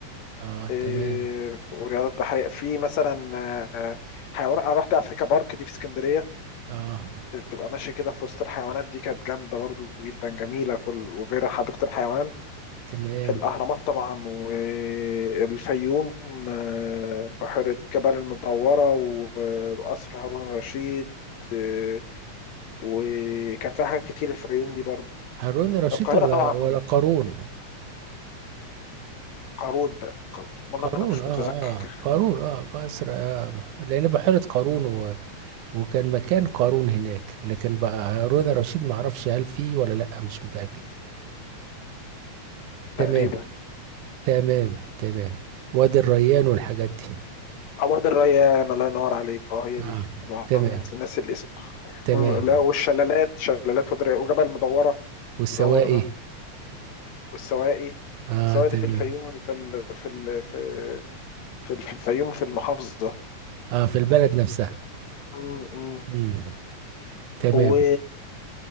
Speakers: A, on the right; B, on the left.
A: اه
B: إيه،
A: تمام
B: ورياضات بحرية في مثلا آه، حيوانات أنا رحت أفريكا بارك دي في اسكندرية
A: اه
B: تبقى ماشي كده في وسط الحيوانات دي كانت جامدة برضو جدا جميلة كل وغير حديقة الحيوان
A: تمام
B: الأهرامات طبعا والفيوم آه، بحيرة جبل المدورة وقصر هارون الرشيد آه، وكان فيها حاجات كتير الفيوم دي برضو
A: هارون رشيد
B: القاهرة
A: ولا
B: طبعا
A: ولا قارون
B: قارون تق- والله
A: قارون
B: ما أنا مش
A: اه
B: متذكر
A: اه قارون اه قصر آه لان بحيرة قارون و... وكان مكان قارون هناك لكن بقى هارون رشيد ما اعرفش هل فيه ولا لا مش متأكد تمام
B: تقريبا
A: تمام تمام وادي الريان والحاجات دي
B: أو وادي الريان الله ينور عليك اه هي دي
A: اه
B: الله-
A: تمام
B: ناس الاسم
A: تمام
B: آه، لا والشلالات شلالات ودريا وجبل مدورة
A: والسواقي
B: مدور ده والسواقي
A: اه
B: السواقي
A: تمام
B: دي في الفيوم في ال... في ال... في في ال- في الفيوم في المحافظة
A: اه في البلد نفسها
B: م- م.
A: امم تمام
B: و...